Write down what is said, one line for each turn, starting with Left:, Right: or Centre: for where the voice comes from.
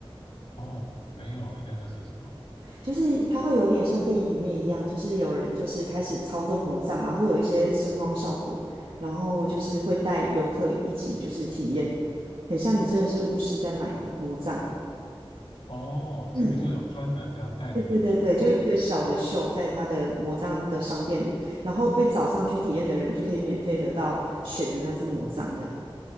Left: 哦，没有诶，那个是什么？
Right: 就是它会有点像电影里面一样，就是有人就是开始操纵魔杖，然后会有一些声光效果，然后就是会带游客一起就是体验，很像你真的是巫师在买魔杖。
Left: 哦，
Right: 嗯，
Left: 是你说有专人这样带着你去操作，
Right: 对对对对，就一个小的秀在他的魔杖的商店里，然后被找上去体验的人就可以免费得到选的那只魔杖，这样。